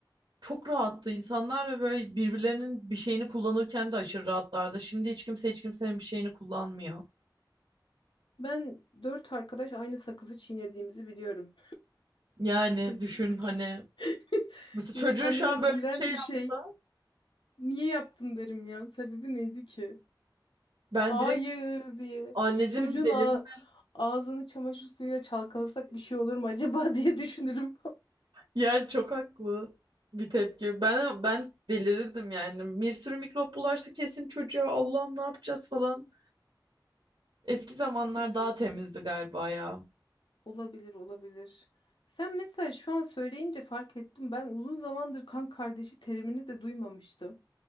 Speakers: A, on the right; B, on the left.
A: Çok rahattı insanlar ve böyle birbirlerinin bir şeyini kullanırken de aşırı rahatlardı. Şimdi hiç kimse hiç kimsenin bir şeyini kullanmıyor.
B: Ben dört arkadaş aynı sakızı çiğnediğimizi biliyorum.
A: Yani
B: <laughs> Böyle
A: düşün
B: çok küçük.
A: hani
B: <laughs>
A: mesela çocuğun
B: Hani
A: şu an böyle
B: iğrenç
A: bir şey
B: bir
A: yapsa
B: şey. Niye yaptın derim ya. Sebebi neydi ki?
A: ben
B: Hayır
A: direkt
B: diye.
A: anneciğim
B: Çocuğun
A: deli
B: ağ-
A: mi?
B: ağzını çamaşır suyuyla çalkalasak bir şey olur mu acaba <laughs> diye düşünürüm.
A: Yani çok haklı bir tepki. Ben ben delirirdim yani. Bir sürü mikrop bulaşsa kesin çocuğa Allah'ım ne yapacağız falan. Eski zamanlar
B: Kötü.
A: daha temizdi galiba ya.
B: Olabilir, olabilir. Sen mesela şu an söyleyince fark ettim. Ben uzun zamandır kan kardeşi terimini de duymamıştım.